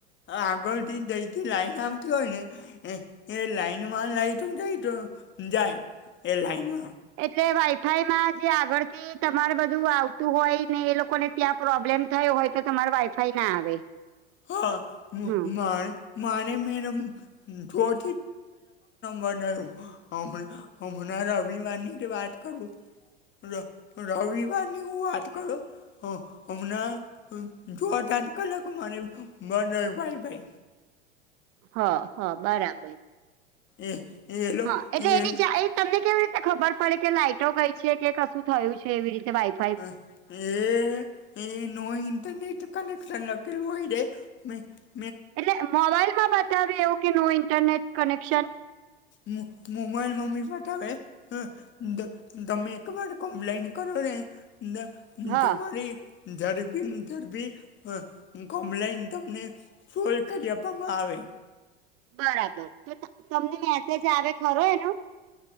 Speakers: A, on the left; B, on the right.
A: આગળથી જઈથી લાઈટ આવતી હોય ને એ એ લાઈનમાં લાઈટું જાય તો જાય એ લાઈનમાં.
B: એટલે વાઈફાઈમાં જે આગળથી તમારે બધું આવતું હોય ને એ લોકોને ત્યાં પ્રોબ્લેમ થયો હોય તો તમારે વાઈફાઈ ના આવે.
A: હા મું
B: હમ
A: માય મારે મેડમ <unintelligible> હમણાં બંધ આયુ. હમે હમણાં રવિવારની જ વાત કરું. ર રવિવારની હું વાત કરું. હહ હમણાં છ સાત કલાક મારે બંધ આયુ વાઇફાઇ.
B: હ હ બરાબર
A: એ એ લો
B: હા એટલે
A: એ
B: એની <unintelligible> તમને કેવી રીતે ખબર પડે કે લાઈટો ગઈ છે કે કશું થયું છે એવી રીતે વાઈ
A: હા એ એ નો ઇન્ટરનેટ કનેક્શન લખેલું હોય ને <inaudible>
B: એટલે મોબાઈલમાં બતાવે એવું કે નો ઇન્ટરનેટ કનેક્શન?
A: મો મોબાઈલમાં બી બતાવે. હ ત તમે એકવાર કમ્પ્લેન કરો ને <unintelligible>
B: હા
A: તમારી ઝડપીને ઝડપી કમ્પ્લેન તમને ફોલ કરી આપવામાં આવે.
B: બરાબર. તો તમ તમને મેસેજ આવે ખરો એનો?